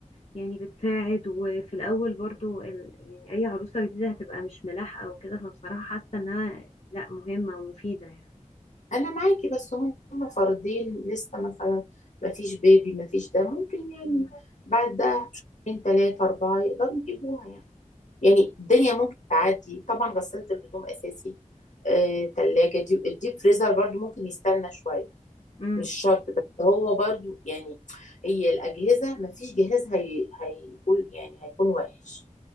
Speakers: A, on the left; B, on the left.
A: يعني بتساعد وفي الاول برضو ال... يعني اي عروسة جديدة هتبقى مش ملاحقة وكده فبصراحة حاسة انها لا مهمة ومفيدة يعني
B: أنا معاكي بس هم فردين لسه مثلا ما فيش بيبي ما فيش ده ممكن يعني
A: امم
B: بعد ده بشهرين تلاتة أربعة يقدروا يجيبوها يعني يعني الدنيا ممكن تعدي طبعا غسالة الهدوم أساسي آه، تلاجة دي الديب فريزر برضو ممكن يستنى شوية
A: امم
B: مش شرط بس هو برضو يعني هي الأجهزة مفيش جهاز هي... هيقول يعني هيكون وحش